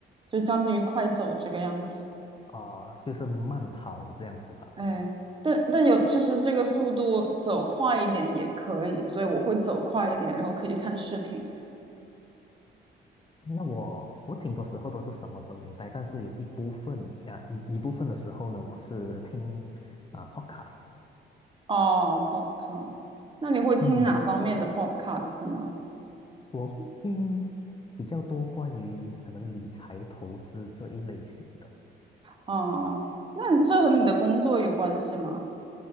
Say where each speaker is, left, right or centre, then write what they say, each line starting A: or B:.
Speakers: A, on the right; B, on the left.
A: 就将近于快走这个样子。
B: 啊、就是慢跑这样子吧。
A: 哎，但但有其实这个速度走快一点也可以，所以我会走快一点，然后可以看视频。
B: 那我我挺多时候都是什么都没带，但是有一部分呀、一一部分的时候呢，我是听啊、podcast，
A: 哦，podcast，那你会听哪方面的
B: 嗯，
A: podcast 呢？
B: 我会听比较多关于可能理财投资这一类型的，
A: 哦，那你这和你的工作有关系吗？